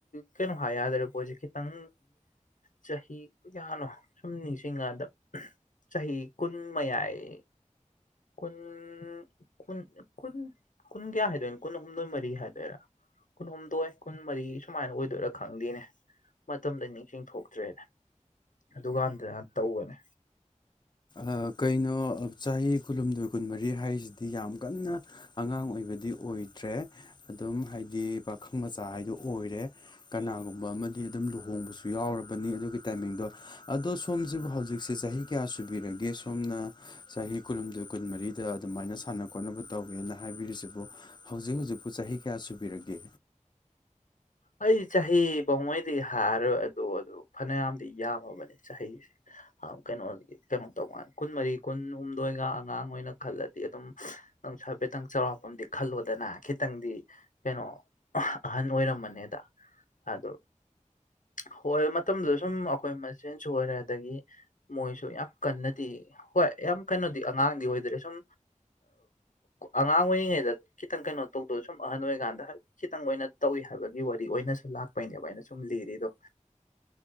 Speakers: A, on the left; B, on the left.
A: ꯀꯩꯅꯣ ꯍꯥꯏ ꯌꯥꯗ꯭ꯔꯦ ꯄꯣꯠꯁꯦ ꯈꯤꯇꯪ ꯆꯍꯤ ꯀꯌꯥꯅꯣ ꯁꯨꯝ ꯅꯤꯡꯁꯤꯡꯉꯀꯥꯟꯗ ꯆꯍꯤ ꯀꯨꯟ ꯃꯌꯥꯏ ꯀꯨꯟ ꯀꯨꯟ ꯀꯨꯟ ꯀꯨꯟ ꯀꯌꯥ ꯍꯥꯏꯗꯣꯏꯅꯣ ꯀꯨꯟ ꯍꯨꯝꯗꯣꯏ ꯃꯔꯤ ꯍꯥꯏꯗꯣꯏꯔꯥ ꯀꯨꯟꯍꯨꯝꯗꯣꯏ ꯀꯨꯟꯃꯔꯤ ꯁꯨꯃꯥꯏꯅ ꯑꯣꯏ ꯑꯗꯨꯔ ꯈꯪꯗꯦꯅꯦ ꯃꯇꯝꯗ ꯅꯤꯡꯁꯤꯡ ꯊꯣꯛꯇ꯭ꯔꯦꯅꯦ ꯑꯗꯨꯀꯥꯟꯗꯅ ꯇꯧꯕꯅꯦ
B: ꯑ ꯀꯩꯅꯣ ꯆꯍꯤ ꯀꯨꯟꯍꯨꯝꯗꯣꯏ ꯀꯨꯟꯃꯔꯤ ꯍꯥꯏꯔꯤꯁꯤꯗꯤ ꯌꯥꯝ ꯀꯟꯅ ꯑꯉꯥꯡ ꯑꯣꯏꯕꯗꯤ ꯑꯣꯏꯗ꯭ꯔꯦ ꯑꯗꯨꯝ ꯍꯥꯏꯗꯤ ꯄꯥꯈꯪ ꯃꯆꯥ ꯍꯥꯏꯗꯣ ꯑꯣꯏꯔꯦ ꯀꯅꯥꯒꯨꯝꯕ ꯑꯃꯗꯤ ꯑꯗꯨꯝ ꯂꯨꯍꯣꯡꯕꯁꯨ ꯌꯥꯎꯔꯕꯅꯤ ꯑꯗꯨꯒꯤ ꯇꯥꯏꯃꯤꯡꯗꯣ ꯑꯗꯣ ꯁꯣꯝꯁꯤꯕꯨ ꯍꯧꯖꯤꯛꯁꯦ ꯆꯍꯤ ꯀꯌꯥ ꯁꯨꯕꯤꯔꯒꯦ ꯁꯣꯝꯅ ꯆꯍꯤ ꯀꯨꯟꯍꯨꯝꯗꯣꯏ ꯀꯨꯟꯃꯔꯤꯗ ꯑꯗꯨꯃꯥꯏꯅ ꯁꯥꯟꯅ ꯈꯣꯠꯅꯕ ꯇꯧꯒ꯭ꯔꯦꯅ ꯍꯥꯏꯕꯤꯔꯤꯁꯤꯕꯨ ꯍꯧꯖꯤꯛ ꯍꯧꯖꯤꯛꯄꯨ ꯆꯍꯤ ꯀꯌꯥ ꯁꯨꯕꯤꯔꯒꯦ
A: ꯑꯩ ꯆꯍꯤ ꯄꯥꯎꯃꯩꯗꯒꯤ ꯍꯥꯔꯔꯣꯏ ꯑꯗꯨ ꯑꯗꯨ ꯐꯅꯌꯥꯝꯗꯤ ꯌꯥꯝꯃꯕꯅꯤ ꯆꯍꯤꯁꯦ ꯑꯝ ꯀꯩꯅꯣꯗꯗꯤ ꯀꯩꯅꯣꯇꯧꯒꯥꯟꯗ ꯀꯨꯟ ꯃꯔꯤ ꯀꯨꯟꯍꯨꯝꯗꯣꯏꯒ ꯑꯉꯥꯡ ꯑꯣꯏꯅ ꯈꯜꯂꯗꯤ ꯑꯗꯨꯝ ꯅꯨꯡꯁꯨ ꯍꯥꯏꯐꯦꯠꯇꯪ ꯆꯧꯔꯥꯛꯄꯝꯗꯤ ꯈꯜꯂꯣꯗꯅ ꯈꯤꯇꯪꯗꯤ ꯀꯩꯅꯣ ꯑꯍꯟ ꯑꯣꯏꯔꯝꯃꯅꯦꯗ ꯑꯗꯨ ꯍꯣꯏ ꯃꯇꯝꯗꯨꯗ ꯁꯨꯝ ꯑꯈꯣꯏ ꯃꯁꯦꯟꯁꯨ ꯑꯣꯏꯔꯦ ꯑꯗꯒꯤ ꯃꯣꯏꯁꯨ ꯌꯥꯝ ꯀꯟꯅꯗꯤ ꯍꯣꯏ ꯌꯥꯝ ꯀꯟꯅꯗꯤ ꯑꯉꯥꯡꯗꯤ ꯑꯣꯏꯗ꯭ꯔꯦ ꯁꯨꯝ ꯑꯉꯥꯡ ꯑꯣꯏꯔꯤꯉꯩꯗ ꯈꯤꯇꯪ ꯀꯩꯅꯣ ꯇꯧꯗꯣꯏ ꯁꯨꯝ ꯑꯍꯟ ꯑꯣꯏꯔꯤꯀꯥꯟꯗ ꯈꯤꯇꯪ ꯑꯣꯏꯅ ꯇꯧꯏ ꯍꯥꯏꯕꯒꯤ ꯋꯥꯔꯤ ꯄꯤ ꯑꯣꯏꯅꯁꯨ ꯂꯥꯛꯄꯩꯅꯦꯕ ꯑꯩꯅ ꯁꯨꯝ ꯂꯤꯔꯤꯗꯣ